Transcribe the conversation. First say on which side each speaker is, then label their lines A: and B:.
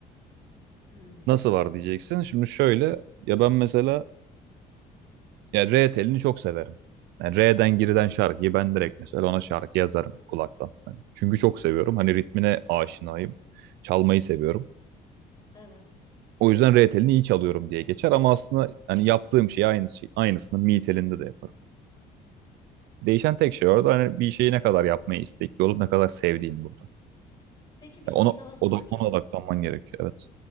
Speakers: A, on the left; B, on the right.
A: Hmm,
B: Nasıl var diyeceksin. Şimdi şöyle ya ben mesela Yani R telini çok severim. Yani R'den girilen şarkıyı ben direkt mesela ona şarkı yazarım kulaktan. Hani çünkü çok seviyorum. Hani ritmine aşinayım. Çalmayı seviyorum.
A: evet.
B: O yüzden R telini iyi çalıyorum diye geçer ama aslında hani yaptığım şey aynı şey, aynısını mi telinde de yaparım. Değişen tek şey
A: Hmm.
B: orada hani bir şeyi ne kadar yapmaya istekli olup ne kadar sevdiğin burada.
A: Peki bir
B: Yani
A: şey
B: ona,
A: daha soracağım.
B: oda, ona odaklanman gerekiyor evet.